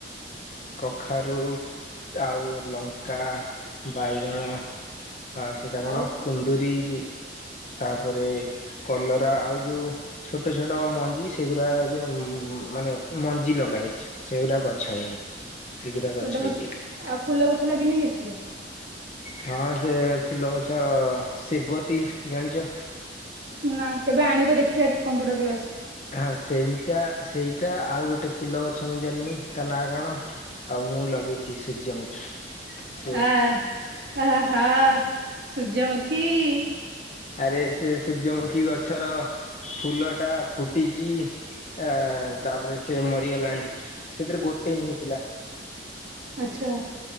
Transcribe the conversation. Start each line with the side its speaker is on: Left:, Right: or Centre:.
Left: କଖାରୁ ଆଉ ଲଙ୍କା ବାଇଗଣ ଆ ସେଇଟା କଣ
Right: ଆଉ
Left: କୁନ୍ଦୁରି ତାପରେ କଲରା ଆଉ ଯୋଉ ଛୋଟ ଛୋଟ ମଞ୍ଜି ସେଗୁଡା ଏବେ ମାନେ ମଞ୍ଜି ଲଗା ହେଇଛି। ସେଗୁରା ଗଛ ହେଇନି ଏଗୁଡା
Right: କହିଲି
Left: ଗଛ
Right: ତମ
Left: ହେଇଯାଇଛି।
Right: ଆଉ ଫୁଲ ଗଛ ଲାଗିନି କିଛି।
Left: ହଁ ସେ ଫୁଲ ଗଛ ସେବତୀ ଜାଣିଛ।
Right: ନା କେବେ ଆଣିବ ଦେଖିବା କମ୍ପ୍ୟୁଟର କ୍ଲାସ।
Left: ହଁ ସେମିତି ସେଇଟା ଆଉ ଗୋଟେ ଫୁଲ ଗଛ ମୁଁ ଜାଣିନି ତା ନାଁ କଣ। ଆଉ ମୁଁ ଲଗେଇଛି ସୂର୍ଯ୍ୟମୁଖୀ। ସେ
Right: ଆ ଆ ହା ସୂର୍ଯ୍ୟମୁଖୀ।
Left: ଆରେ ସେ ସୂର୍ଯ୍ୟମୁଖୀ ଗଛର ଫୁଲଟା ଫୁଟିକି ଆ ତା ପରେ ସେ ମରିଗଲାଣି ସେଥିରେ ଗୋଟେ ହିଁ ହେଇଥିଲା।
Right: ଆଛା।